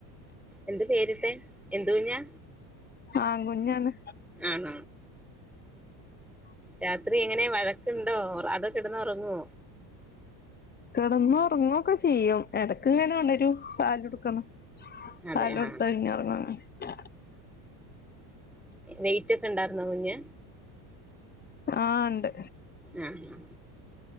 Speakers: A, in the centre; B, on the left (about 20°).
A: എന്ത് പേരിട്ടെ എന്ത് കുഞ്ഞാ
B: ആൺകുഞാണ്
A: ആണ രാത്രി എങ്ങനെ വഴക്കുണ്ടോ ഒറ അതൊ കിടന്ന് ഒറങ്ങ്വ
B: കെടന്ന് ഒറങ്ങൊക്കെ ചെയ്യും എടക്ക്ഇങ്ങനെ ഒണരും പാല് കൊടുക്കണം
A: അതെ
B: പാലോടുത്ത
A: ആഹ്
B: പിന്നെ ഒറങ്ങും <unintelligible> <unintelligible>
A: വെയ്റ്റൊക്കെ ഇണ്ടാരുന്നോ കുഞ്ഞ്
B: ആഹ് ഉണ്ട്
A: ആഹ് ആഹ്